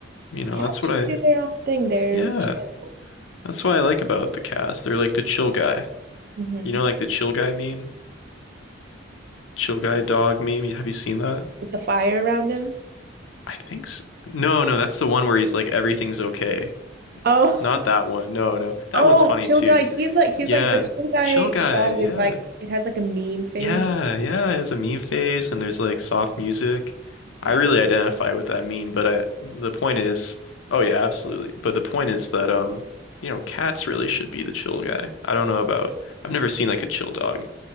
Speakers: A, on the left; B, on the right.
A: You know,
B: Cats
A: that's what
B: just
A: I
B: do their own thing. They're
A: yeah,
B: chill.
A: that's what I like about the cats. They're like the chill guy.
B: hmm
A: You know, like the chill guy meme? Chill Guy dog meme? Have you seen that?
B: With the fire around him.
A: I think so. No, no, that's the one where he's like everything's okay.
B: Oh, <laughs>
A: Not that one. No, no. That
B: oh,
A: one's funny
B: chill
A: too.
B: guy. He's like, he's
A: Yeah.
B: like the chill guy
A: Chill Guy.
B: dog
A: Yeah.
B: is like, it has like a meme face.
A: Yeah, yeah, it has a meme face and there's like soft music. I
B: Yes.
A: really identify with that meme, but I the point is, oh yeah, absolutely. But the point is that um, you know, cats really should be the chill guy. I don't know about I've never seen like a chill dog.